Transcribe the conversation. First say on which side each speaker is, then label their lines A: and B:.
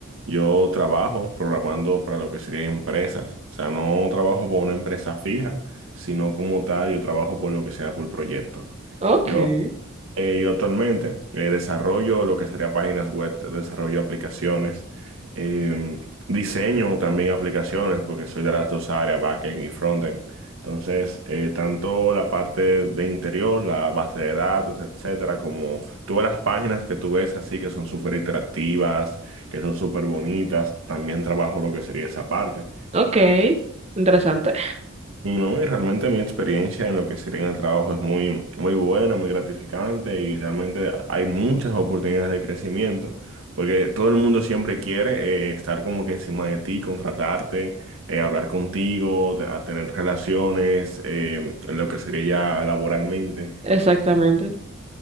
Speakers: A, on the right; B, on the right.
A: Yo trabajo programando para lo que serían empresas. O sea, no trabajo por una empresa fija, sino como tal, yo trabajo por lo que sea por proyecto.
B: Ok.
A: Yo eh, yo actualmente eh, desarrollo lo que sería páginas web, desarrollo aplicaciones, eh, diseño también aplicaciones, porque soy de las dos áreas, backend y frontend. Entonces, eh, tanto la parte de interior, la base de datos, etcétera, como todas las páginas que tú ves así que son súper interactivas, que son súper bonitas, también trabajo lo que sería esa parte.
B: Ok, interesante.
A: Y no, y realmente mi experiencia en lo que sería en el trabajo es muy, muy buena, muy gratificante y realmente hay muchas oportunidades de crecimiento, porque todo el mundo siempre quiere eh, estar como que encima de ti, contratarte, eh, hablar contigo, te- a tener relaciones, eh, en lo que sería ya laboralmente.
B: Exactamente.